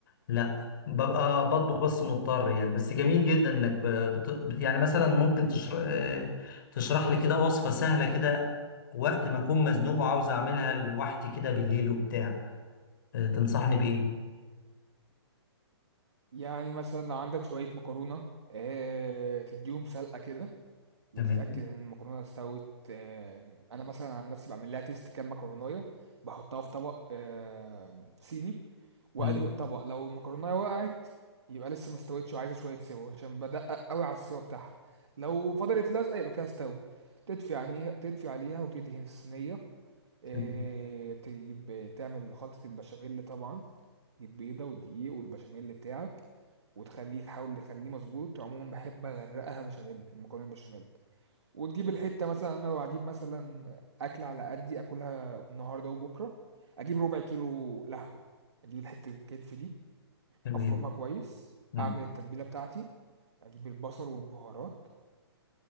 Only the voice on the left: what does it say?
لا ببقى بطبخ بس مضطر يعني بس جميل جدا انك ب... بت... يعني مثلا ممكن تشر... آه، تشرح لي كده وصفة سهلة كده وقت ما اكون مزنوق وعاوز اعملها لوحدي كده بالليل وبتاع آه، تنصحني بايه
تمام
مم.
تمام
تمام
مم.